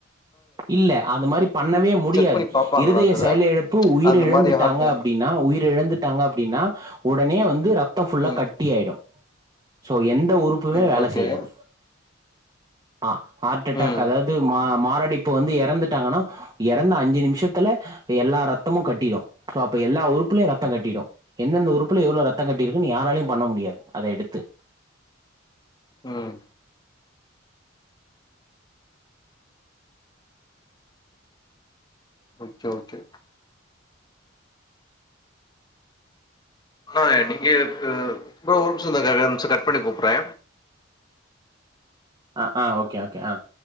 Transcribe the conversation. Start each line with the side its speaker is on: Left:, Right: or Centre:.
Right: இல்ல அது மாரி பண்ணவே முடியாது
Left: செக் பண்ணி பாப்பாங்களா
Right: இருதய
Left: அந்தத
Right: செயலிழப்பு உயிர்
Left: அந்த
Right: இழந்துட்டாங்க
Left: மாரி ஹார்ட்டா
Right: அப்படின்னா உயிர இழந்துட்டாங்க அப்படின்னா உடனே வந்து ரப் ரத்த ஃபுல்லா
Left: ம்
Right: கட்டி ஆயிடூ சோ என் எந்த உறுப்புமே
Left: ம்
Right: வேல
Left: ஓகே
Right: செய்யாது ஆஹ் ஹார்ட் அட்டாக்
Left: ம்
Right: அதாவது மா மாரடைப் இப்ப வந்து இறந்துட்டாங்கன்னா இறந்த அஞ்சு நிமிஷத்துல எல்லா ரத்தமும் கட்டிடும் சோ அப்ப எல்லா உறுப்புலயு ரத்தங் கட்டிடும் எந்தெந்த உறுப்புல எவ்வளவு ரத்தங் கட்டிருக்குன்னு யாராலயும பண்ண முடியாது அத எடுத்து
Left: உம் ஓகே ஓகே ஆனா நீங்க இப் ப்ரோ ஒரு நிமிஷ ஒரு நிமிஷந்தக்கா கட் பண்ணி கூப்பிடற
Right: ஆஹ் ஆஹ் ஓகே ஓகே ஆஹ்